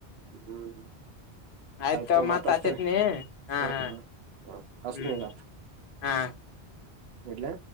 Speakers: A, on the right; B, on the left.
A: ಹ್ಮ್
B: ಆಯ್ತ
A: ಆಯ್ತು ಮತ್ ಹಚ್ಚೇತೀನಿ
B: ಹಚ್ಚತ್ನಿ ಹಾ
A: ಹ
B: ಹಾ
A: ಹ ಹಚ್ಚೇತೀನಿ
B: ಹ್ಮ್
A: ಈಗ
B: ಹಾ
A: ಇಡ್ಲಾ